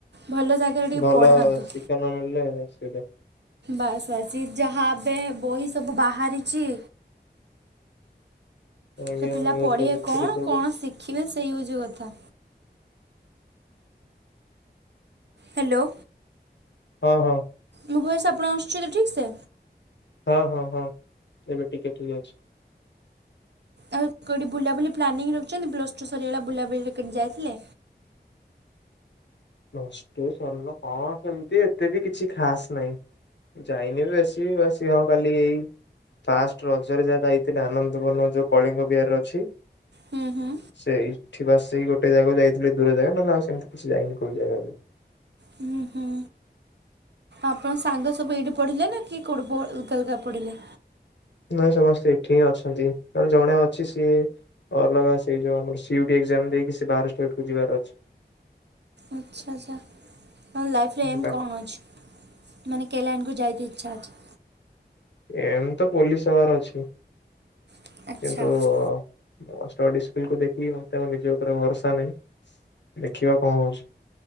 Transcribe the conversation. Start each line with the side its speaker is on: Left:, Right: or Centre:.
Right: ଭଲ ଜାଗାରେ ଟିକେ
Left: ଭଲ
Right: ପଢାନ୍ତୁ
Left: ଶିକ୍ଷା ନ ମିଳିଲେ ଅସୁବିଧା।
Right: ବାସ୍ ବାସ ଏ ଯାହା ଏବେ ବହି ସବୁ ବାହାରିଛି।
Left: କାହିଁକି
Right: ସେ ପିଲା
Left: ଆମେ ନ୍ୟୁଜରେ
Right: ପଢିବେ
Left: ଦେଖୁଥିଲୁ
Right: କଣ
Left: ସବୁ
Right: କଣ ଶିଖିବେ ସେଇଆ ହଉଚି କଥା। ହାଲୋ।
Left: ହଁ ହଁ।
Right: ମୋ ଭଏସ ଆପଣ କୁ ଆସୁଛି ତ ଠିକସେ?
Left: ହଁ ହଁ ହଁ ଏବେ ଟିକେ ଠିକେ ଅଛି।
Right: ଆଉ କଉଠି ବୁଲା ବୁଲି ପଲାନିଙ୍ଗ ଯେମିତି ପ୍ଲୁସ ଟୁ ସରିଗଲା ବୁଲାବୁଲିରେ କୁଆଡେ ଯାଇଥିଲେ?
Left: ପ୍ଲୁସ ଟୁ ସରିଲେ କଣ ସେମିତି ଏତେ ବି କିଛି ଖାସ ନାହିଁ। ଯାଇନି ବି ବେଶୀ ଆସି ହଁ ଖାଲି ଏଇ ଫାଷ୍ଟ ରଜରେ ଯାହା ଯାଇଥିଲେ ଆନନ୍ଦବର୍ଣ ଯୋଉ କଳିଙ୍ଗ ବିହାରରେ ଅଛି।
Right: ହୁଁ ହୁଁ
Left: ସେଇଠି ବା ସେ ଗୋଟେ ଜାଗା କୁ ଯାଇଥିଲୁ ଦୂର ଜାଗା ନହେଲେ ଆଉ ସେମିତି କିଛି ଯାଇନି। କଉ ଜାଗା କୁ?
Right: ହୁଁ ହୁଁ। ଆପଣ ସାଙ୍ଗ ସବୁ ଏଇଠି ପଢ଼ିଲେ ନା କିଏ କୋଉଢ଼ି ବ ଅଲଗା ଅଲଗା ପଢ଼ିଲେ?
Left: ନାଇଁ ସମସ୍ତେ ଏଠି ହିଁ ଅଛନ୍ତି। ଜଣେ ଅଛି ସିଏ ଅଲଗା ସେଇ ଯୋଉ ଆମର ସି ଉ ଡି ଏକ୍ଜାମ ଦେଇକି ସେ ବାହାର ଷ୍ଟେଟ କୁ ଯିବାର ଅଛି।
Right: ଆଚ୍ଛା ଆଚ୍ଛା ତମ ଲାଇଫରେ ଏମ
Left: ବାକି
Right: କଣ ଅଛି? ମାନେ କେ ଲାଇନ କୁ ଯାଇତେ ଇଚ୍ଛା ଅଛି।
Left: ଏମ ତ ପୋଲିସ ହବା ର ଅଛି।
Right: ଅଛି
Left: କିନ୍ତୁ
Right: ଆଚ୍ଛା
Left: ମ ଷ୍ଟଡି ସ୍କିଲ କୁ ଦେଖି ନିଜ ଉପରେ ଭରସା ନାହିଁ। ଦେଖିବା କଣ ହଉଚି।